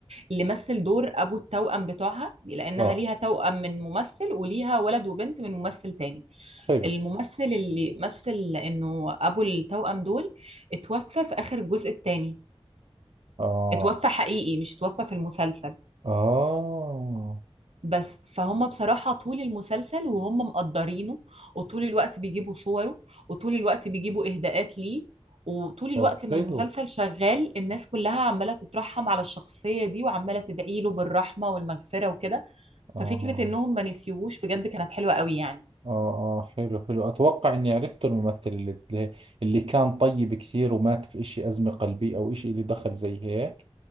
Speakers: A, on the right; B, on the right.
A: اللي مثل دور ابو التوأم بتوعها لانها
B: اه
A: ليها توأم من ممثل وليها ولد وبنت من ممثل تاني
B: حلو
A: الممثل اللي مثل انه ابو التوأم دول اتوفى في اخر الجزء الثاني
B: اه
A: اتوفى حقيقي مش اتوفى في المسلسل
B: اه
A: بس فهم بصراحة طول المسلسل وهم مقدرينه وطول الوقت بيجيبوا صوره وطول الوقت بيجيبوا إهداءات ليه وطول الوقت
B: طب
A: ما
B: حلو
A: المسلسل شغال الناس كلها عمالة تترحم على الشخصية دي وعمالة تدعي له بالرحمة والمغفرة وكده
B: اه
A: ففكرة انهم ما نسيوهوش بجد كانت حلوة قوي يعني
B: اه اه حلو حلو اتوقع اني عرفت الممثل اللي, اللي كان طيب كثير ومات في اشي ازمة قلبية او اشي اللي دخل زي هيك